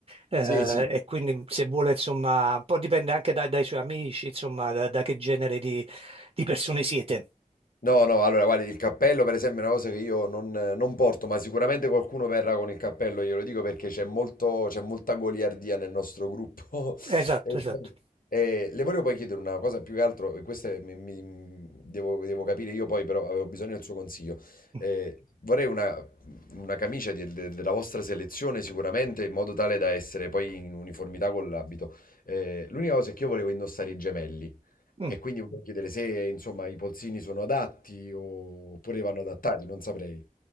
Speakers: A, on the right; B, on the left.
A: Eh,
B: sì, sì.
A: e quindi se vuole, insomma, un po' dipende anche dai, dai suoi amici, insomma, da, da che genere di, di persone siete.
B: No, no, allora guarda, il cappello per esempio è una cosa che io non, non porto, ma sicuramente qualcuno verrà con il cappello, glielo dico perché c'è molto, c'è molta goliardia nel nostro gruppo. <laughs>
A: Esatto,
B: E,
A: esatto.
B: sì, e le volevo poi chiedere una cosa più che altro, e questa è- mi- mi- devo, devo capire io poi, però avevo bisogno del suo consiglio.
A: Mm.
B: Eh, vorrei una, una camicia del- del- della vostra selezione sicuramente, in modo tale da essere poi in uniformità con l'abito. Eh, l'unica cosa è che io volevo indossare i gemelli.
A: mm.
B: E quindi volevo chiedere se, insomma, i polsini sono adatti o- oppure vanno adattati, non saprei.